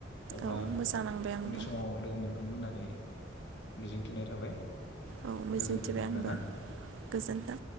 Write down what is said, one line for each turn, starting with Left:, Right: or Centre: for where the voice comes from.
Left: अब्ला
Right: औ मोजां नांबाय आंबो
Left: उननि समाव लोगो मोनफिनगोन होननानै मिजिंथिनाय थाबाय।
Right: औ मिजिंथिबाय
Left: गोजोन्थों बिदिब्ला
Right: आंबो
Left: ना
Right: गोजोन्थों